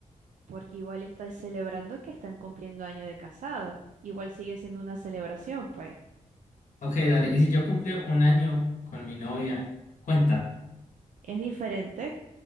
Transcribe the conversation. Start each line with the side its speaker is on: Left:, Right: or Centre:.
Right: porque igual están celebrando que están cumpliendo año de casados. Igual sigue siendo una celebración, pues.
Left: Ok, dale, y si yo cumplí un año con mi novia, cuenta,
Right: Es diferente